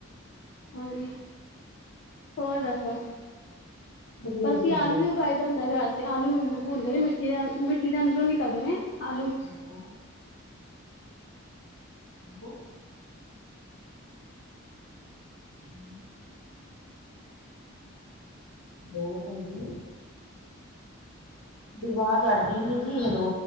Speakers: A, on the left (about 55°); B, on the left (about 85°).
A: ਹਾਂਜੀ, ਹੋਰ ਦੱਸੋ,
B: ਵਧੀਆ
A: ਅਸੀਂ
B: ਜੀ ਵਧੀਆ
A: ਆਲੂ ਵੀ ਉਗਾਈ ਹੁੰਦਾ ਘਰ 'ਚ ਆਲੂ ਹੁੰਦੇ ਨੇ ਮਿੱਟੀ ਦੇ ਅਮ ਮਿੱਟੀ ਦੇ ਅੰਦਰੋਂ ਨਿਕਲਦੇ ਨੇ ਆਲੂ।
B: ਹੂੰ ਹੋ <unintelligible> ਹੈਲੋ ਭੈਣ ਜੀ, ਵਾਜ਼ ਅੜਦੀ ਪੀ ਏ ਜੀ ਹੈਲੋ।